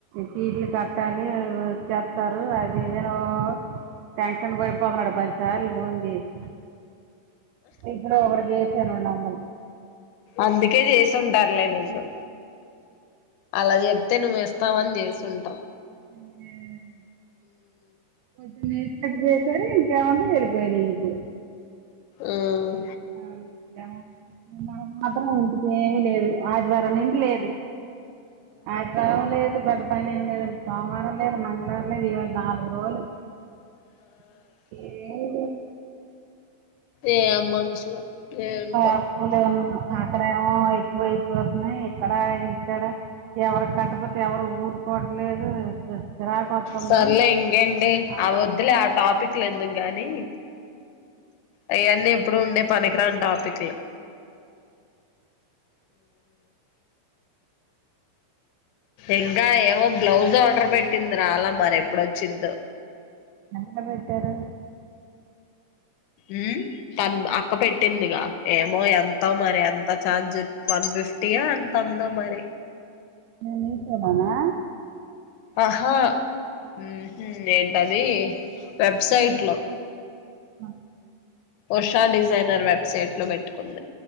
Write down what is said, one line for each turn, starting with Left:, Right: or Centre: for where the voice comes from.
Right: ఛీర్ల ట్టాలి అ వొచ్చేత్తారు అది ఇదని ఓ టెన్షన్ పడిపోతున్నాడు పదిసార్లు ఫోన్ చేసి ఇప్పుడు ఒకడ చెసాడు ఉండాలి
Left: అందుకే చేసుంటార్లే నీకు అలా చెప్తే నువ్ ఇస్తావ అని చేసుంటర్
Right: హ్మ్ పొద్దున్నే నీకి జేసారు ఇంకేముంది ఎల్లిపోయినయ్ ఇప్పుడు
Left: ఆహ్
Right: <unintelligible> మాత్రం ఇంటికి ఏమి లేదు ఆదివారం నుండి లేదు ఆదివారం లేదు పెద్ద పైన ఏం లేదండి సోమవారం లేదు మంగళవారం లేదు ఇవాళ నాలుగు రోలు ఏంది
Left: ఏం మనుషులో ఏంటో
Right: అప్పులు అక్కడేమో ఎక్కువైపోతున్నయి ఇక్కడ ఇక్కడ ఎవరు కట్టపోతే ఎవరు ఊరుకోట్లేదు చిరాకొతుంది
Left: సర్లే ఇంకేంటి
Right: అని
Left: ఆ
Right: అంటాడా
Left: వద్దులే ఆ టాపిక్లు ఎందుకు కానీ అయన్ని ఎప్పుడు ఉండే పనికిరాని టాపిక్లే ఇంకా ఏమో బ్లౌజ్ ఆర్డర్ పెట్టింద్ రాలా మరి ఎప్పుడొచ్చిదో
Right: ఎంత పెట్టారు
Left: ఉహ్ తన్ అక్క పెట్టిందిగా ఏమో ఎంత మరి ఎంత ఛార్జ్ వన్ ఫిఫ్టీయా ఎంతందో మరి
Right: నేనే ఇసబనా
Left: ఆహా ఉహు ఏంటది వెబ్సైట్లో
Right: అ
Left: ఉషా డిజైనర్ వెబ్సైట్ లొ పెట్టుకుంది